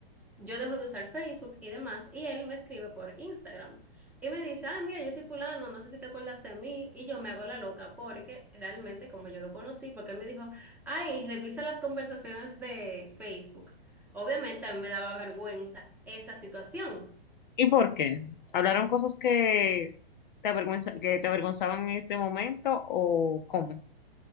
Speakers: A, in the centre; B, on the left.
A: Yo dejo de usar Facebook y demás, y él me escribe por Instagram y me dice, ah, mira, yo soy fulano, no sé si te acuerdas de mí, y yo me hago la loca porque realmente como yo lo conocí, porque él me dijo, ay, revisa las conversaciones de Facebook. Obviamente a mí me daba vergüenza esa situación.
B: ¿Y por qué? ¿Hablaron cosas que te avergüenza, que te avergonzaban en este momento o cómo?